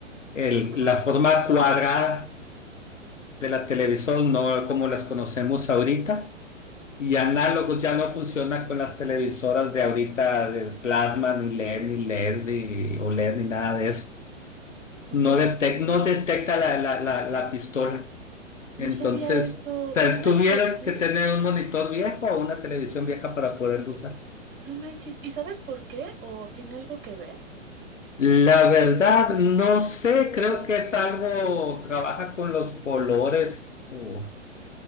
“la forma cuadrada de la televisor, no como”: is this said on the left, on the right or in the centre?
Left